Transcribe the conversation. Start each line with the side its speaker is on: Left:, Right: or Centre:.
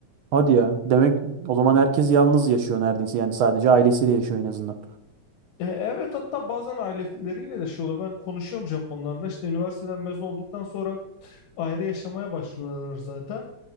Right: Hadi ya. Demek o zaman herkes yalnız yaşıyor neredeyse. Yani sadece ailesiyle yaşıyor en azından.
Left: E, Evet hatta bazen aileleriyle de şey oluyor. Ben konuşuyorum Japonlarla. İşte üniversiteden mezun olduktan sonra ayrı yaşamaya başlıyorlar zaten.